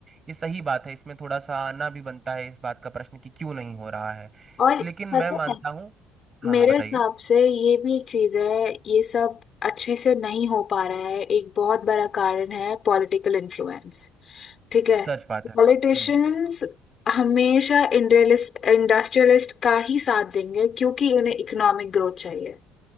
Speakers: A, on the right (about 25°); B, on the left (about 35°).
A: ये सही बात है इसमें थोड़ा सा आना भी बनता है इस बात का प्रश्न कि क्यों नहीं हो रहा है
B: और
A: लेकिन
B: पता
A: मैं मानता
B: है
A: हूँ हाँ
B: मेरे
A: हाँ बताइए
B: हिसाब से ये भी एक चीज है ये सब अच्छे से नहीं हो पा रहा है एक बहुत बड़ा कारण है पॉलिटिकल इन्फ्लुएंस ठीक है
A: सच बात है हम्म
B: पॉलिटिशियंस हमेशा इंडस्ट्रियलिस्ट इंडस्ट्रियलिस्ट का ही साथ देंगे क्योंकि उन्हें इकोनॉमिक ग्रोथ चाहिए